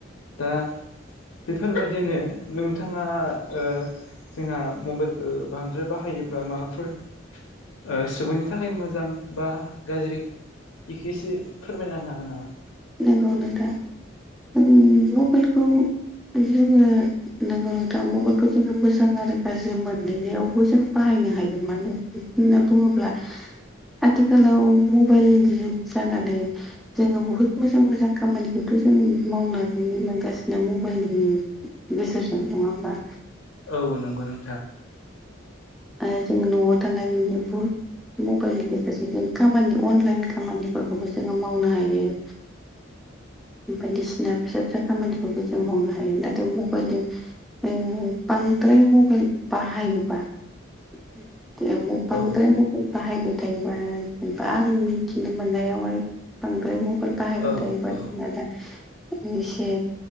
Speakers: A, on the left; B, in the centre.
A: दा बेफोरबादिनो नोंथाङा ओ जोंहा मबेलखो बांद्राय बाहायोब्ला माबाफोर ओ सुबुंनि थाखाय मोजां बा गाज्रि इखोसो फोरमायना होनो हागोन नामा
B: नोंगौ नोथां उम मबेलखौ जोङो नोंगौ नोंथां मबेलखौ जोङो मोजां आरो गाज्रि मोननैयावबो जों बाहायनो हायो मानो होनना बुंङोब्ला आथिखालाव मबेल जुग जानानै जोङो बुहुद मोजां मोजां खामानिखौथ' जों मावनानै मोनगासिनो मबाइलनि बोसोरजों नङा होमबा
A: औ नंगौ नोंथां।
B: आरो जों न'आव थानानैनो बुहुद मबाइलनि गेजेरजों जों खामानि अनलाइन खामानिफोरखौबो जोङो मावनो हायो। बायदिसिना फिसा फिसा खामानिफोरखौ जों मावनो हायो। नाथाय मबाइलजों ओ बांद्राय मबाइल बाहायोबा <unintelligible> बांद्राय
A: औ
B: म बाहायबाय थायोबा जेनेबा आं मिथिनो मोननायाव आरो बांद्राय मबाइल बाहायबाय
A: औ
B: थायोबा
A: औ
B: जोंना दा एसे